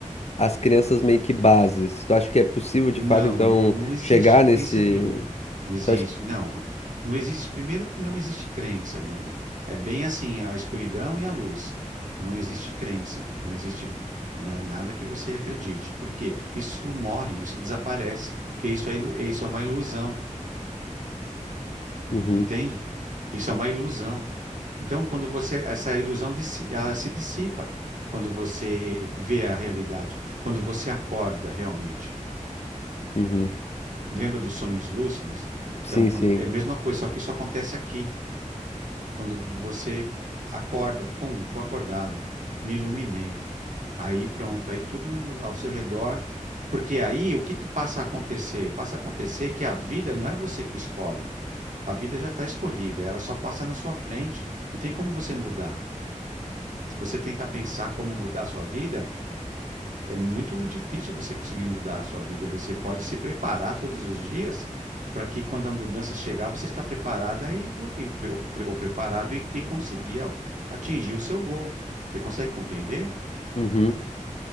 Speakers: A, on the left (about 55°); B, on the right (about 75°).
A: as crianças meio que bases. Tu acha que é possível, de
B: Não,
A: fato, então,
B: não existe
A: chegar
B: crença
A: nesse.
B: nenhuma. Existe,
A: Tu acha...
B: não, não existe. Primeiro que não existe crença, né? É bem assim, a escuridão e a luz. Não existe crença, não existe, né, nada que você acredite. Por quê? Isso morre, isso desaparece, porque isso é, ilu- é, isso é uma ilusão,
A: Uhum,
B: entende? Isso é uma ilusão. Então, quando você, essa ilusão dissi- ela se dissipa quando você vê a realidade, quando você acorda realmente.
A: uhum.
B: Lembra dos sonhos lúcidos?
A: Sim,
B: Então, quando
A: sim.
B: é a mesma coisa, só que isso acontece aqui. Quando você acorda, pum, tô acordado, me iluminei. Aí pronto, aí tudo ao seu redor. Porque aí o que que passa a acontecer? Passa a acontecer que a vida não é você que escolhe. A vida já está escolhida, ela só passa na sua frente. Não tem como você mudar. Se você tentar pensar como mudar a sua vida, é muito difícil você conseguir mudar a sua vida. Você pode se preparar todos os dias para que quando a mudança chegar, você está preparada e, co- e pre- ou pre- ou preparado e, e conseguir a- atingir o seu gol. Você consegue compreender?
A: Uhum.